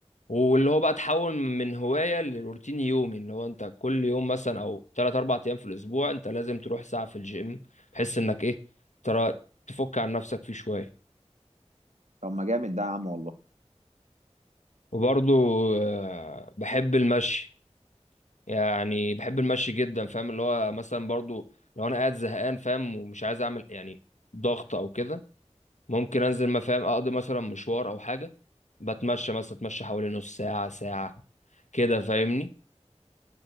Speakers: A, on the left; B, on the right.
A: واللي هو بقى تحول من هوايه لروتين يومي اللي هو انت كل يوم مثلا او ثلاث اربع ايام في الاسبوع انت لازم تروح ساعه في الجيم بحيث انك ايه ترى تفك عن نفسك فيه شويه
B: طب ما جامد ده يا عم والله
A: وبرضو آه، بحب المشي يعني بحب المشي جدا فاهم اللي هو مثلا برضو لو انا قاعد زهقان فاهم ومش عايز اعمل يعني ضغط او كده ممكن انزل ما فاهم اقضي مثلا مشوار او حاجه بتمشى مثلا اتمشى حوالي نص ساعه ساعه كده فاهمني